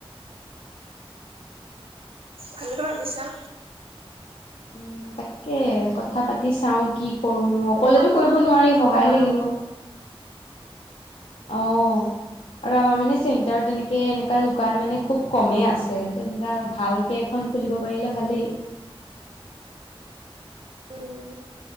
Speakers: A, on the right (about 70°); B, on the left (about 80°).
A: ভালে পৰা বিছা
B: উম তাকে কথা পাতি চাও কি কৰো নো অকলেতো
A: তেনেকুৱা বিলাক
B: কৰিব
A: খুলিলে
B: নোৱাৰি
A: ভালে
B: সহায়
A: বাৰু
B: লাগিব আহ আৰু আমাৰ মানে চেণ্টাৰ তেনেকে এনেককা দোকান মানে খুব কমে আছে তেনেকুৱা ভালকে এখন খুলিব পাৰিলে ভালেই
A: <inaudible> উম